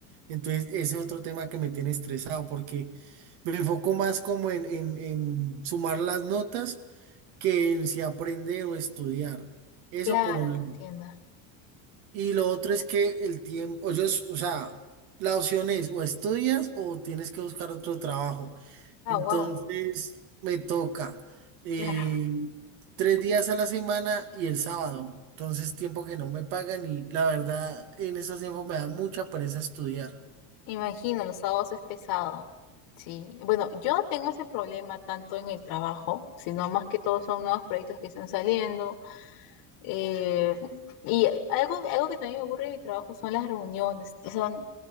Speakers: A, on the right; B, on the left.
A: Entonces ese es otro tema que me tiene estresado porque me enfoco más como en, en en sumar las notas que en si aprender o estudiar. Eso
B: Claro,
A: por un
B: te
A: lado.
B: entiendo.
A: Y lo otro es que el tiempo, yo, es- o sea, la opción es o estudias o tienes que buscar otro trabajo.
B: Ah,
A: Entonces
B: wow,
A: me toca eh,
B: claro.
A: tres días a la semana y el sábado. Entonces tiempo que no me pagan y la verdad en esos tiempos me da mucha pereza estudiar.
B: Imagino, los sábados es pesado. Sí, bueno, yo no tengo ese problema tanto en el trabajo, sino más que todo son nuevos proyectos que están saliendo Eh, y algo, algo que también me aburre de mi trabajo son las reuniones. O sea, al-